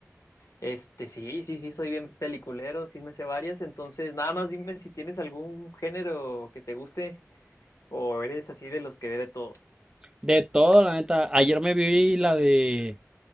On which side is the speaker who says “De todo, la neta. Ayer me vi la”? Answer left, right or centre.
Right